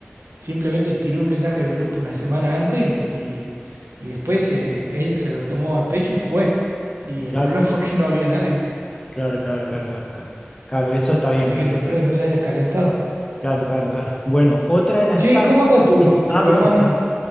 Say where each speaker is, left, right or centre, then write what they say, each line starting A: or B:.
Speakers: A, on the right; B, on the left.
A: Simplemente tiré un mensaje de grupo una semana antes y, y después eh, él se lo tomó a pecho y fue. Y el
B: Claro,
A: problema <laughs> fue que no había nadie.
B: Claro, claro, claro, claro, claro. Claro, eso está bien,
A: Así que
B: eso
A: no, espero
B: está bien.
A: que no se haya calentado.
B: Claro, claro, claro. Bueno, otra de las
A: Che,
B: tácticas.
A: ¿y cómo anda tu,
B: Sí. Ah,
A: tu
B: perdón.
A: hermano?
B: ajá.